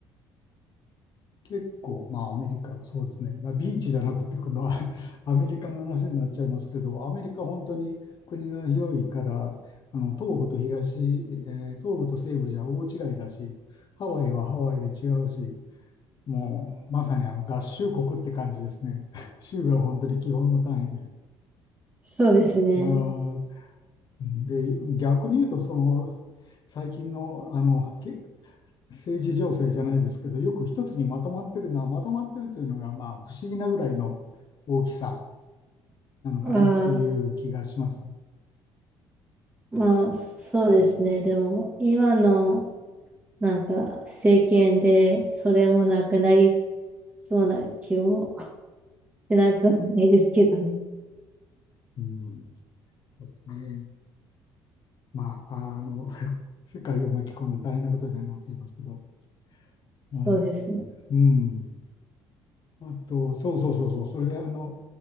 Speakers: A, on the left; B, on the right.
A: 結構、まあアメリカ、そうですね。まあビーチじゃなくて、この <laughs> アメリカの話になっちゃいますけど、アメリカ本当に国が広いから、あの東部と東、えー東部と西部じゃ大違いだし、ハワイはハワイで違うし、もうまさにあの合衆国って感じですね。<laughs> 州が本当に基本の単位で。
B: そうですね。
A: あーで、逆に言うと、その最近の、あのけ政治情勢じゃないですけど、よく一つにまとまってるのは、まとまってるというのが、まあ、不思議なぐらいの大きさなのかなという気がします。
B: ああ、まあ、そうですね。でも、今の、なんか、政権で、それもなくなりそうな気もしなくもないですけどね。
A: うん、そうですね。まあ、あの、<laughs> 世界を巻き込んで大変なことになっていますけど、はい。
B: そうですね。
A: うん。あと、そうそうそうそう、それであの、